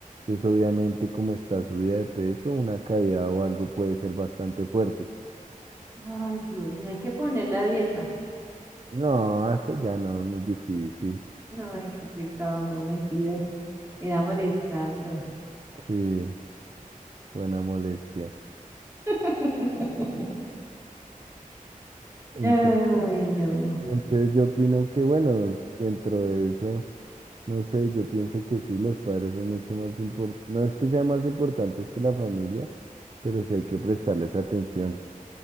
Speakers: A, on the right; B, on the right.
A: Entonces, obviamente, como está subida de peso, una caída o algo puede ser bastante fuerte.
B: Ay, Dios mío, hay que poner la dieta.
A: No, eso ya no, es muy difícil.
B: No, ay, qué pecado, no, mentiras. Era molestando.
A: Sí. Buena molestia.
B: <laughs>
A: Entonces,
B: Ay, no.
A: entonces yo opino que, bueno, dentro de eso, no sé, yo pienso que sí, los padres son mucho más importantes, no es que sean más importantes que la familia, pero sí hay que prestarles atención.